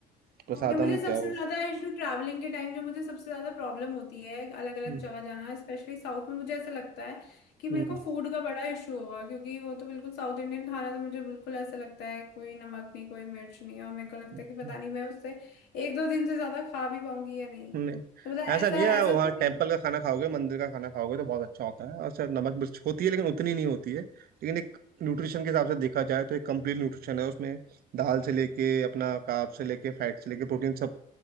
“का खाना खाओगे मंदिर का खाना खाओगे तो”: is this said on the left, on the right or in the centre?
Right